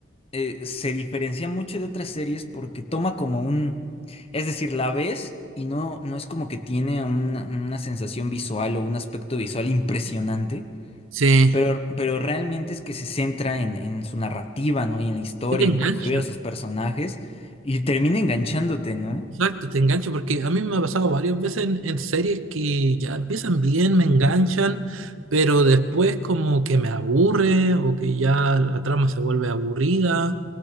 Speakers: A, on the left; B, on the right.
A: eh, se diferencia mucho de otras series porque toma como un, es decir, la ves y no, no es como que tiene una, una sensación visual o un aspecto visual impresionante,
B: sí.
A: pero, pero realmente es que se centra en, en su narrativa, ¿no? Y en la historia,
B: Que te engancha.
A: en construir a sus personajes y termina enganchándote, ¿no?
B: Exacto, te engancha porque a mí me ha pasado varias veces en, en series que ya empiezan bien, me enganchan, pero después como que me aburre o que ya la trama se vuelve aburrida.